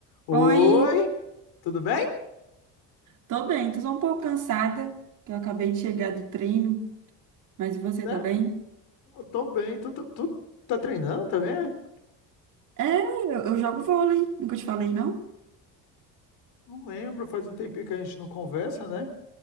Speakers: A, on the left; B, on the right.
A: Oi,
B: Oi,
A: tudo bem?
B: tô bem, tô só um pouco cansada, que eu acabei de chegar do treino, mas e você,
A: É,
B: tá bem?
A: eu tô bem. Tu, tu, tu tá treinando também? é?
B: É, eu, eu jogo vôlei, nunca te falei, não?
A: Não lembro, faz um tempinho que a gente não conversa, né?